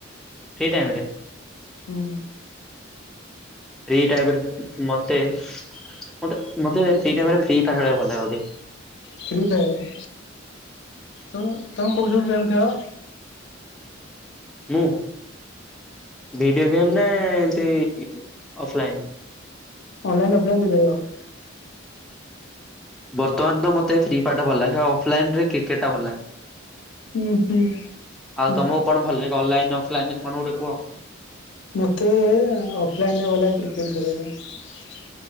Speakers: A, in the centre; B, on the left.
A: ଫ୍ରୀ ଟାଇମ୍ ରେ।
B: ହୁଁ।
A: ଫ୍ରୀ ଟାଇମ୍ ରେ। ମତେ ମତେ ମତେ ଫ୍ରୀ ଟାଇମରେ ଫ୍ରି ଫାୟାର୍ ଖେଳିବାକୁ ଭଲ ଲାଗେ ଅଧିକ।
B: Free fire. ତମ ତମେ କୋଉ
A: ହଁ।
B: ସବୁ ଗେମ୍ ଖେଳ?
A: ମୁଁ ଭିଡ଼ିଓ ଗେମ୍ ନା ଏମିତି ଅଫଲାଇନ୍?
B: ଅନଲାଇନ୍ ଅଫଲାଇନ୍ ଦିଟା ଯାକ।
A: ବର୍ତ୍ତମାନ ତ ମତେ ଫ୍ରି ଫାୟାର ଟା ଭଲ ଲାଗେ। ଅଫଲାଇନ୍ ରେ କ୍ରିକେଟ୍ ଟା ଭଲ ଲାଗେ।
B: ହୁଁ ହୁଁ
A: ଆଉ
B: ହ।
A: ତମକୁ କଣ ଭଲ ଲାଗେ ଅନଲାଇନ ଅଫଲାଇନ କଣ ଗୋଟେ କୁହ?
B: ମୋତେ ଅଫଲାଇନ୍ ରେ ଭଲ ଲାଗେ କ୍ରିକେଟ୍ ଖେଳିବା ପାଇଁ।